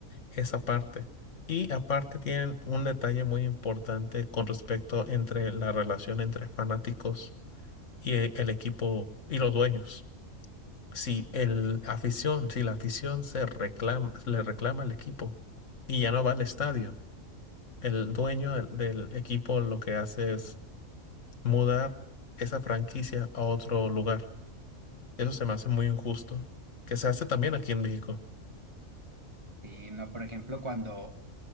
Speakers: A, on the left; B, on the right.
A: esa parte. Y aparte tienen un detalle muy importante con respecto entre la relación entre fanáticos y e- el equipo y los dueños. Si el afición, si la afición se reclama, le reclama al equipo y ya no va al estadio, el dueño del del equipo lo que hace es mudar esa franquicia a otro lugar Eso se me hace muy injusto, que se hace también aquí en México.
B: Y no, por ejemplo, cuando